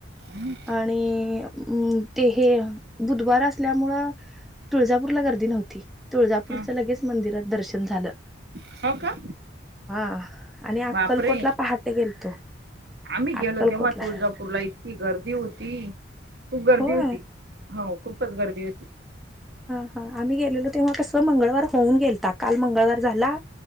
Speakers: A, on the right; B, in the centre.
A: हं,
B: आणि ते हे बुधवार अस ल्यामुळ तुळजापूरला गर्दी नव्हती. तुळजापूरचं
A: हं.
B: लगेच मंदिरात दर्शन झालं.
A: हो का.
B: हा, आणि अक्कलकोटला
A: बापरे
B: पहाटे गेलतो.
A: आम्ही गेलो
B: अक्कलकोटला
A: तेव्हा तुळजापूरला इतकी गर्दी होती. खूप गर्दी
B: होय
A: होती. हो. खूपच गर्दी होती.
B: हा हा, आम्ही गेलेलो तेव्हा कस मंगळवार होऊन गेलता. काल मंगळवार झाला.